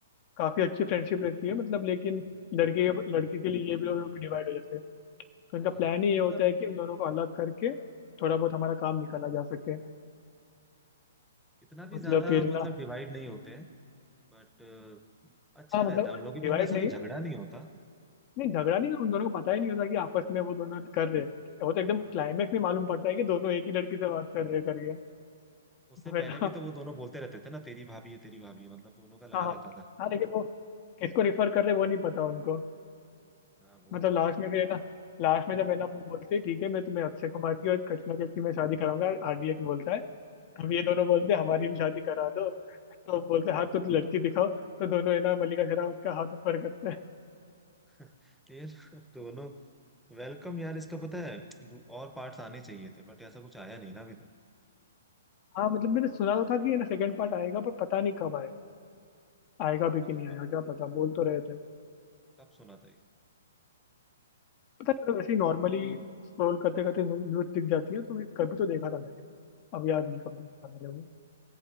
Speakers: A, on the left (about 35°); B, in the centre.
A: काफी अच्छी फ्रेंडशिप रहती है मतलब लेकिन
B: हम्म,
A: लड़के लड़के के लिए ये भी लोग भी डिवाइड हो जाते हैं तो
B: हाँ
A: इनका प्लान ही ये
B: मतलब
A: होता है कि उन दोनों को अलग करके थोड़ा बहुत
B: हाँ
A: हमारा काम निकाला जा सके
B: इतना भी
A: मतलब
B: ज्यादा
A: फिर
B: मतलब
A: ना
B: डिवाइड नहीं होते हैं बट अच्छा
A: हाँ मतलब
B: रहता है उन लोगों के
A: डिवाइड
B: बीच में ऐसा
A: नहीं
B: कोई झगड़ा नहीं होता
A: नहीं झगड़ा नहीं उन दोनों को पता ही नहीं होता कि आपस में वो दोनों कर रहे हैं वो तो एकदम
B: हाँ
A: क्लाइमेक्स में मालूम पड़ता है कि दोनों एक ही लड़की से बात कर रहे हैं करके तो
B: उससे
A: फिर
B: पहले
A: ना
B: भी तो वो दोनों बोलते रहते थे ना तेरी भाभी है तेरी भाभी है मतलब दोनों का लगा
A: हाँ हाँ
B: रहता था
A: हाँ, लेकिन वो किसको रिफर कर रहे हैं, वो नहीं पता उनको
B: हाँ वो
A: मतलब
B: तो
A: लास्ट
B: है
A: में फिर है ना लास्ट में जब है ना वो बोलते हैं ठीक है मैं तुम्हें अक्षय कुमार की और कटरीना कैफ की मैं शादी कराऊंगा आरडीएक्स बोलता है तब ये दोनों बोलते हैं हमारी भी शादी करा दो तो बोलते हैं हाथ तो लड़की दिखाओ तो दोनों है ना मल्लिका शेरावत का हाथ ऊपर करते हैं
B: <laughs> यार दोनों वेलकम यार इसका पता है दो- और पार्ट्स आने चाहिए थे बट ऐसा कुछ आया नहीं ना अभी तक
A: हाँ मतलब मैंने सुना तो था कि ये ना सेकंड पार्ट आएगा पर पता नहीं कब आएगा आएगा
B: कब
A: भी कि
B: कब
A: नहीं
B: सुना
A: आएगा क्या पता बोल तो रहे थे
B: कब सुना था ये
A: पता नहीं मतलब ऐसे ही नॉर्मली स्क्रॉल करते करते न्यूज दिख जाती है तो मैं कभी तो देखा था मैंने अब याद नहीं कब देखा था मैंने वो